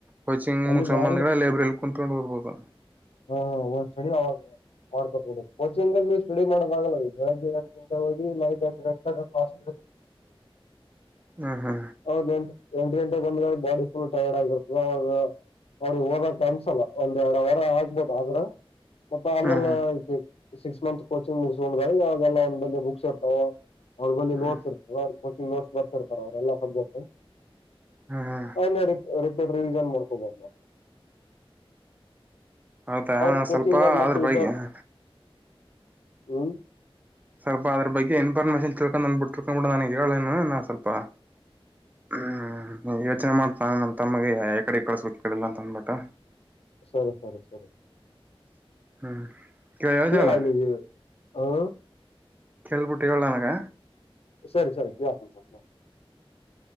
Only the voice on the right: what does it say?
ಕೋಚಿಂಗ್
ಸಂಬಂಧ
ಲೈಬ್ರರಿ ಕನ್ಪಂಡ್ ಬರ್ಬೋದು
ಹ್ಮ ಹಾ
ಹ್ಮ್ ಹ್ಮ್
ಹ್ಮ್
ಹ್ಮ್
ಹೌದಾ
ಸ್ವಲ್ಪ
ಅದ್ರ
ಬಗ್ಗೆ
ಸ್ವಲ್ಪ ಅದ್ರ ಬಗ್ಗೆ ಇನ್ಫಾರ್ಮೇಶನ್ ತಿಳ್ಕೊಂಡು ಅಂದ್ಬಿಟ್ಟಿ ತಿರ್ಕೊಂಡ್ ಬಿಿಡ ನನಗೆ ಹೇಳ ಸ್ವಲ್ಪ ಹ್ಮ್ ಯೋಚನೆ ಮಾಡ್ತಾನ ನಮ್ಮ ತಮ್ಮಗೆ ಯ ಕಡೆ ಕಳಸೋ ಕಡಿಲ್ಲಾ ಅಂತ ಅಂದಬಿಟ್ಟ
ಹ್ಮ್ ಕೇಳ ಹೇಳ್ದಲ್ಲ
ಕೇಳ್ಬಿಟ್ಟು ಹೇಳಲ್ಲ ನನಗ